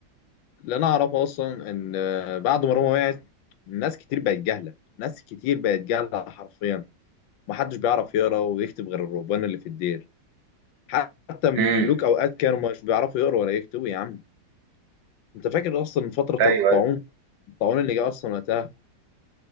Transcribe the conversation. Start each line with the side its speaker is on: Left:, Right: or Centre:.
Left: اللي انا اعرفه اصلا ان آه، بعد ما روما وقعت ناس كتير بقت جهله ناس كتير بقت جهله حرفيا محدش بيعرف يقرا ويكتب غير الرهبان اللي في الدير حتى ملوك
Right: امم
Left: اوقات كانوا مش بيعرفوا يقروا ولا يكتبوا يا عم انت فاكر اصلا الفتره بتاعت
Right: أيوه
Left: الطاعون
Right: أيوه
Left: الطاعون اللي جه اصلا وقتها